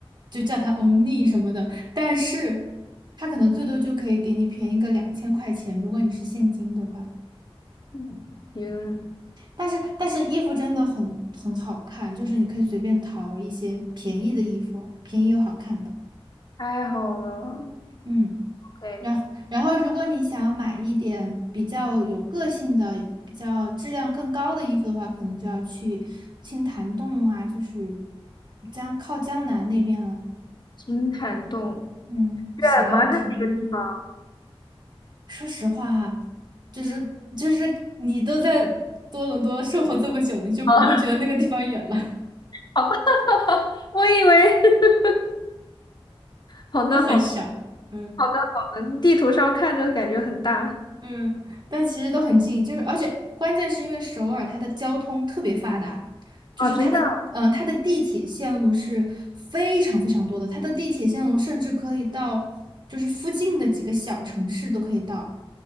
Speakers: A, on the right (about 50°); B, on the left (about 45°).
A: 就叫他 only 什么的，但是他可能最多就可以给你便宜个两千块钱，如果你是现金的话。
B: 嗯，行，
A: 但是但是衣服真的很很好看，就是你可以随便淘一些便宜的衣服，便宜又好看的。
B: 太好了。
A: 嗯。
B: OK，
A: 然然后，如果你想要买一点比较有个性的、比较质量更高的衣服的话，可能就要去青潭洞啊，就是江靠江南那边了，
B: 金坦洞。
A: 嗯，
B: 远吗？
A: 霞鸥亭那边。
B: 这几个地方？
A: 说实话哈，就是就是你都在多伦多生活这么久了，
B: 嗯，
A: 你就不会觉得那个地方远了，
B: 好，好吧，<laughs> 我以为 <laughs>
A: <laughs>
B: 好的，
A: 都很小。
B: 好的，
A: 嗯。
B: 好的，好的，地图上看着感觉很大
A: 嗯，但其实都很近，就是而且关键是因为首尔它的交通特别发达，就是它的嗯、
B: 啊，真的
A: 呃它的地铁线路是非常非常多的，它的地铁线路甚至可以到就是附近的几个小城市都可以到，